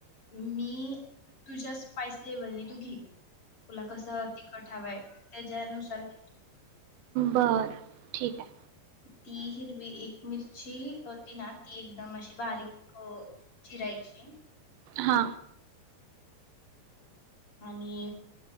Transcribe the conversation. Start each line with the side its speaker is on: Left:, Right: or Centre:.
Left: मी तुझ्या स्पाइस लेव्हलने तू घे तुला कस तिखट हाव्य त्याच्यानुसार घे तू.
Right: बर ठीकय.
Left: ती हिरवी एक मिरची होती ना ती एकदम अशी बारीक चिरायची.
Right: हा
Left: आणि